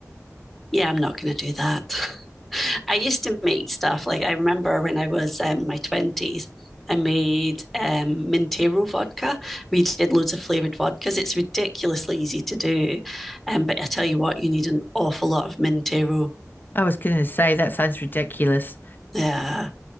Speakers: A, in the centre; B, on the left (about 35°).
A: Yeah, I'm not going to do that. <laughs> I used to make stuff like I remember when I was um, in my 20s, I made um, Mintero vodka. We did loads of flavored vodkas. It's ridiculously easy to do. Um, but I tell you what, you need an awful lot of Mintero.
B: I was going to say that sounds ridiculous.
A: Yeah.